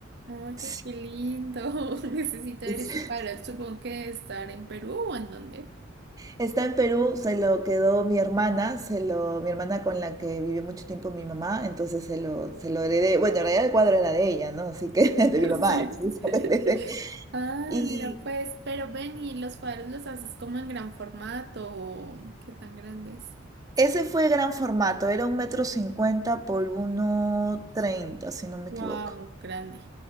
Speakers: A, on the right (about 55°); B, on the right (about 20°).
A: Oye,
B: <laughs>
A: qué lindo. <laughs> Necesito ver
B: Sí.
A: ese cuadro. Supongo que debe estar en Perú o en dónde.
B: Está en Perú, se lo quedó mi hermana, se lo, mi hermana con la que vivió mucho tiempo mi mamá, entonces se lo, se lo heredé. Bueno, en realidad el cuadro era de ella, ¿no? Así que <laughs>
A: <laughs>
B: de mi mamá.
A: Sí.
B: entonces <laughs> se
A: <laughs>
B: lo heredé.
A: Ay,
B: Y
A: mira, pues, pero ven y los cuadros los haces como en gran formato. o ¿Qué tan grandes?
B: Ese fue gran formato, era un metro cincuenta por uno treinta, si no me equivoco.
A: Wow, grande.